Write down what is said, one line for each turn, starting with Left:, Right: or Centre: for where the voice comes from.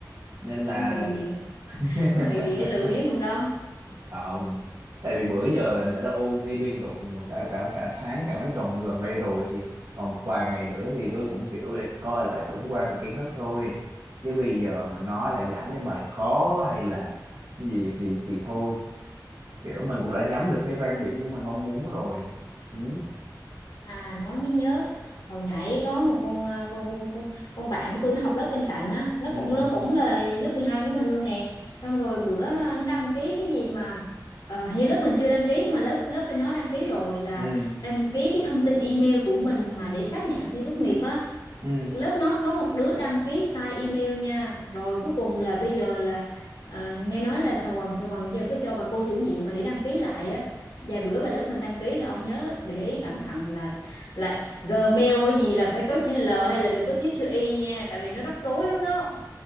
Right: nên là
Left: Có ngụy biện
Right: <laughs>
Left: Có ngụy biện để lừa biếng không đó
Right: không tại vì bữa giờ là đã đã ôn thi liên tục mà cả cả cả tháng cả mấy tuần gần đây rồi thì còn một vài ngày nữa thì tôi cũng kiểu để coi lại tổng quan về kiến thức thôi chứ bây giờ mà nói là giải mấy bài khó hay là gì thì thì thôi kiểu mình cũng đã nhắm được cái rang điểm của mình mong muốn rồi ừ
Left: À nói mới nhớ hồi nãy có một con à, con con con, con bạn của tôi nó học lớp bên cạnh á nó
Right: ừ
Left: cũng nó cũng là lớp 12 của mình luôn nè xong rồi bữa nó đăng ký cái gì mà ờ, hình như lớp mình chưa đăng ký nhưng mà lớp lớp bên nó đăng ký rồi là
Right: ừ
Left: đăng ký cái thông tin email của mình mà để xác nhận thi tốt nghiệp á
Right: ừ
Left: lớp nó có một đứa đăng ký sai email nha rồi cuối cùng là bây giờ là ờ, nghe nói là xà quần xà quần cho với cho bà cô chủ nhiệm mà để đăng ký lại á vài bữa bà lớp mình đăng ký thì ông nhớ để ý cẩn thận là là Gmail gì là phải có chữ L hay là đừng có thiếu chữ Y nha tại vì nó rắc rối lắm đó